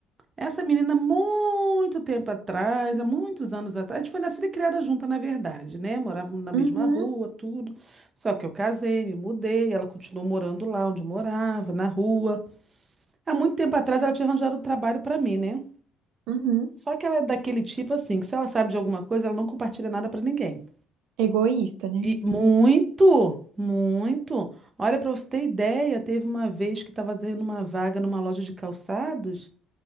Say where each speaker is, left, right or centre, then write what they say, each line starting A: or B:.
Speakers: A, on the right; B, on the right.
A: Essa menina, muito tempo atrás, há muitos anos atrás, a gente foi nascida e criada junta, na verdade, né? Morávamos na mesma
B: Uhum,
A: rua, tudo. Só que eu casei, me mudei, ela continuou morando lá onde eu morava, na rua. Há muito tempo atrás, ela tinha arranjado um trabalho pra mim, né?
B: uhum.
A: Só que ela é daquele tipo assim, que se ela sabe de alguma coisa, ela não compartilha nada pra ninguém.
B: Egoísta, né?
A: E muito, muito. Olha, para você ter ideia, teve uma vez que estava tendo uma vaga numa loja de calçados.